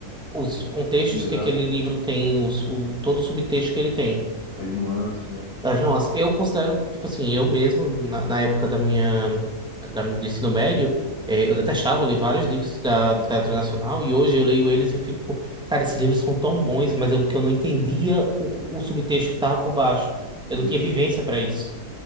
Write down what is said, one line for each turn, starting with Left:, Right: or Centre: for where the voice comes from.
Centre: os contextos
Left: Exato.
Centre: que aquele livro tem, os, o, todo o subtexto que ele tem.
Left: As nuances, né? Tudo mais.
Centre: As nossas, eu considero, tipo assim, eu mesmo, na, na época da minha, da, do ensino médio, eh, eu detestava ler vários livros da literatura nacional e hoje eu leio eles e eu fico, cara, esses livros são tão bons, mas eu, porque eu não entendia
Left: Sim,
Centre: o, o subtexto que estava por baixo. Eu não
Left: perfeito,
Centre: tinha vivência para isso.